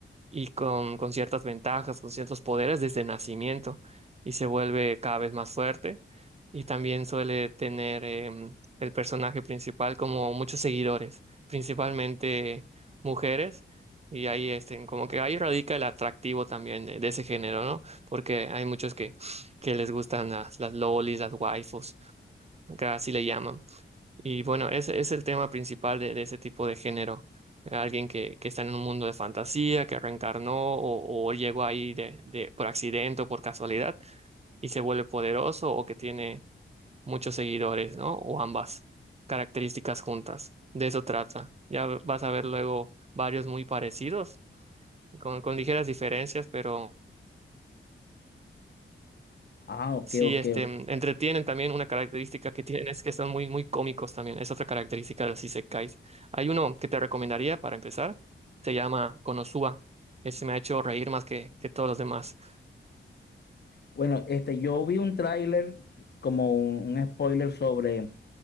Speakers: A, on the right; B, on the left.
A: y con, con ciertas ventajas, con ciertos poderes desde nacimiento y se vuelve cada vez más fuerte y también suele tener em, el personaje principal como muchos seguidores, principalmente mujeres y ahí este, como que ahí radica el atractivo también de, de ese género, ¿no? Porque hay muchos que, que les gustan las, las lolis, las waifus, que así le llaman. Y bueno, ese es el tema principal de, de ese tipo de género. Alguien que, que está en un mundo de fantasía, que reencarnó o, o llegó ahí de, de- por accidente o por casualidad y se vuelve poderoso o que tiene muchos seguidores, ¿no? O ambas características juntas. De eso trata. Ya vas a ver luego varios muy parecidos, con, con ligeras diferencias, pero
B: Ah, ok,
A: Sí,
B: ok.
A: este,
B: ok.
A: mm, entretienen también una característica que tienen es que están muy, muy cómicos también. Es otra característica de los isekais. Hay uno que te recomendaría para empezar. Se llama Konosuba. Ese me ha hecho reír más que, que todos los demás.
B: Bueno, este, yo vi un tráiler como un, un spoiler sobre